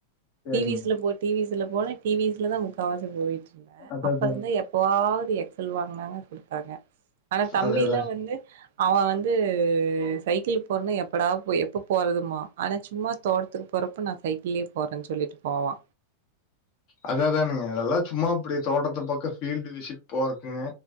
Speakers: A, on the left; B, on the right.
A: சரிங்க.
B: டி வி ஸ் ல போட் டி வி ஸ் ல போன டி வி ஸ் லதா முக்காவாசி போயிட்ருந்த
A: அதா
B: அப்பறந்தா
A: அதானுங்க.
B: எ எப்பவாவுது எக்சல் வாங்குனாங்க குடுத்தாங்க ஆனா தம்பிலா
A: அதா அதாங்க.
B: வந்து அவ வந்து சைக்கிள்ளு போறன்னா எப்படா போ எப்ப போறதுமா ஆனா சும்மா தோட்டத்துக்கு போறப்ப நா சைக்கிள்லயே போறன் சொல்லிட்டு போவா
A: அதா அதானுங்க அதெல்லா சும்மா அப்படி தோட்டத்து பக்க ஃபீல்டு விசிட் போறக்குங்க